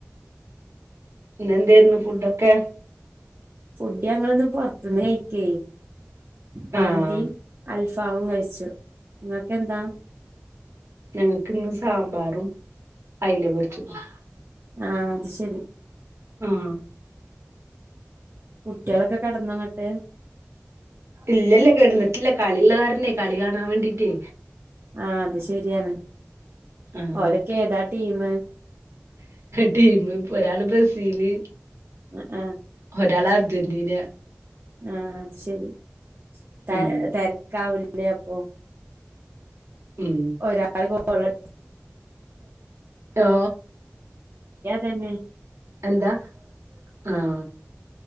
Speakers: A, on the right (about 75°); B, on the right (about 55°).
A: ഇന്ന എന്തരുന്നു ഫുഡ്ക്കെ
B: ഫുഡ് ഞങ്ങൊ ഒന്നും പുറത്തുന്ന് കഴിക്ക മന്തിയും
A: ആഹ്
B: അൽഫാവും കഴിച്ചു നിങ്ങൊക്കെ എന്താ
A: ഞങ്ങൾക്ക്ന്ന് സാമ്പാറും അയല പൊരിച്ചതും
B: ആഹ അത് ശരി
A: ആഹ
B: കുട്ടികളൊക്കെ കിടന്നങ്ങട്ട്
A: ഇല്ലല്ല കിടന്നിട്ടില്ല കളിയള്ള കാരനെ കളി കാണാൻ വേണ്ടിട്ടേ
B: ആഹ അത് ശരിയാണ്
A: ആഹ്
B: ഓലക്ക ഏതാ ടീം
A: ടീം ഇപ്പ ഒരാള് ബ്രസീല്
B: ഉ ആഹ
A: ഒരാൾ അർജന്റീന
B: ആഹ അത് ശരി ത
A: ഉം
B: തിരക്കാവില്ലേ അപ്പൊ
A: ം <unintelligible> <inaudible>
B: ഒരാൾ ഗോളാ
A: ഓ
B: തന്നെ <unintelligible>
A: എന്താ ആഹ